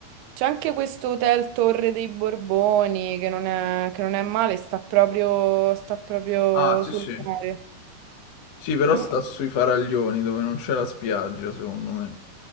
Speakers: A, on the right (about 90°); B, on the left (about 75°).
A: C'è anche questo hotel Torre dei Borboni, che non è, che non è male, sta proprio, sta proprio
B: Ah, sì,
A: sul
B: sì.
A: mare.
B: Sì, però
A: Mm,
B: sta sui faraglioni dove non c'è la spiaggia, secondo me.